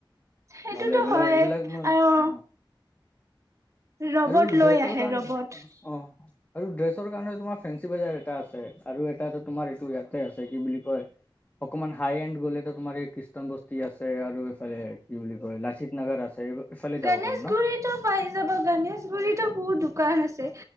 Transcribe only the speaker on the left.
ভালে এইবাক
এইবিলাক মোৰ
অ'
আৰু
ড্ৰেছৰ
কাৰণ
অ'। আৰু ড্ৰেছৰ কাৰণে তোমাৰ ফেঞ্চি বজাৰ এটা আছে আৰু এটা তোমাৰ এইটো ইয়াতে আছে। কি বুলি কয়? অকনমান হাই -এড গলে তোমাৰ এই খ্ৰীষ্টান বস্তি আছে। আৰু কি বুলি ক লচিত নগৰ আছে। এইফালে
যাব পাৰো ন